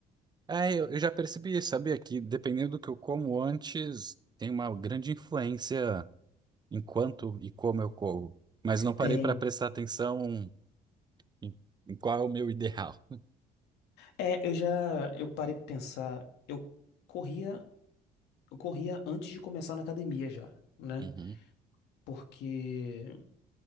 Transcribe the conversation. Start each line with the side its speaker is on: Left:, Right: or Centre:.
Right: É, eu, eu já percebi, sabia, que dependendo do que eu como antes, tem uma grande influência em quanto e como eu como. Mas não parei
Left: Tem.
Right: para prestar atenção em, em qual é o meu ideal. <laughs>
Left: É, eu já, eu parei pra pensar, eu corria, eu corria antes de começar na academia já, né?
Right: Uhum.
Left: Porque